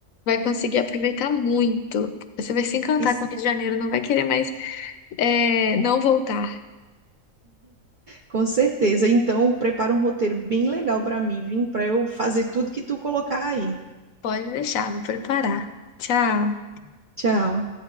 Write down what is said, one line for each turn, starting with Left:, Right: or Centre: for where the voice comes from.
Left: vai conseguir aproveitar muito. Você vai se encantar
Right: is-
Left: com o Rio de Janeiro, não vai querer mais é, não voltar.
Right: com certeza. Então, prepara um roteiro bem legal para mim, vim para eu fazer tudo que tu colocar aí.
Left: Pode deixar, vou preparar. Tchau.
Right: Tchau.